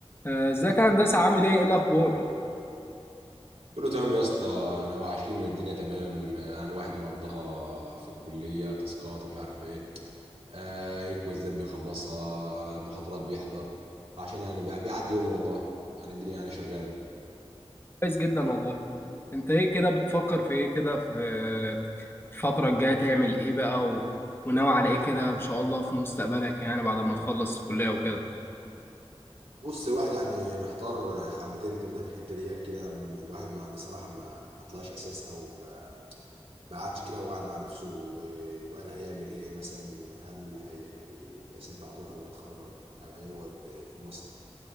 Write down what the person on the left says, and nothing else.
آه، ازيك يا هندسة عامل ايه؟ ايه الأخبار؟
كويس جدا والله انت ايه كده بتفكر في ايه كده في آه، الفترة الجاية تعمل ايه بقى و... وناوي على ايه كده ان شاء الله في مستقبلك يعني بعد ما تخلص الكلية وكده